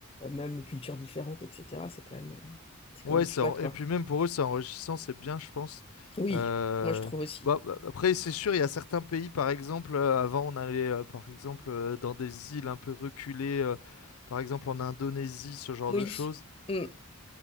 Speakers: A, on the left; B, on the left.
A: même culture différente, etc., c'est quand même, euh, c'est quand
B: Ouais,
A: même
B: ça,
A: chouette,
B: en-
A: quoi.
B: et puis même pour eux, c'est enrichissant, c'est bien, je pense.
A: Oui,
B: Euh,
A: moi je trouve aussi.
B: bah, bah, après, c'est sûr, il y a certains pays, par exemple, euh, avant, on allait, euh, par exemple, euh, dans des îles un peu reculées, euh, par exemple en Indonésie, ce genre
A: Oui,
B: de choses.
A: Mm.